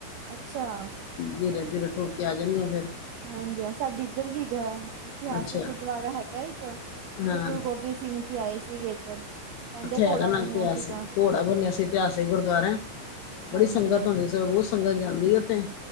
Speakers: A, on the right; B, on the left.
A: ਅੱਛਾ
B: ਧੀਰੇ- ਧੀਰੇ ਟੁਰ ਕੇ ਆ ਜਾਂਨੀ ਆਂ।
A: ਹਾਂਜੀ ਹਾਂ, ਸਾਡੇ ਇੱਧਰ ਵੀ ਹੈਗਾ ਇਤਿਹਾਸਿਕ
B: ਅੱਛਾ
A: ਗੁਰਦੁਆਰਾ ਹੈਗਾ ਇੱਕ। ਇਥੇ'ਗੁਰੂ
B: ਹਾਂ
A: ਗੋਬਿੰਦ ਸਿੰਘ ਜੀ'ਆਏ ਸੀਗੇ ਇੱਧਰ ਕਹਿੰਦੇ
B: ਇਹਦਾ
A: ਘੋੜਾ
B: ਨਾ
A: ਬਣਿਆ
B: ਇਤਿਹਾਸਿਕ,
A: ਸੀਗਾ
B: ਘੋੜਾ ਬੁਨਿਆਸੀ ਇਤਿਹਾਸਿਕ ਗੁਰਦੁਆਰਾ ਏ
A: ਹਾਂਜੀ
B: ਬੜੀ ਸੰਗਤ ਆਂਦੀ। ਸਵੇਰੇ- ਸਵੇਰੇ ਬਹੁਤ ਸੰਗਤ ਜਾਂਦੀ ਏਥੇ।